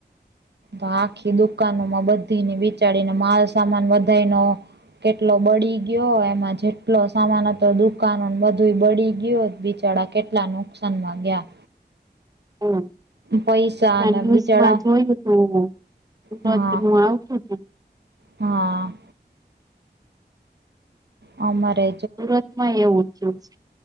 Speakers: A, on the right; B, on the right.
A: તો આખી દુકાનોમાં બધીને બિચાડીને. માલ સામાન વધાય નો. કેટલો બળી ગયો, એમાં જેટલો સામાન હતો, દુકાનો બધું બળી ગયો, બિચાર કેટલા નુકસાનમાં ગયા.
B: હમ.
A: પૈસા
B: ન્યુઝમાં
A: અને બિચારા
B: જોયું, તો
A: હા
B: સુરતનું આવતું કે.
A: હા. આ મારે.
B: સુરતમાં એવું ઉત્સગ છે.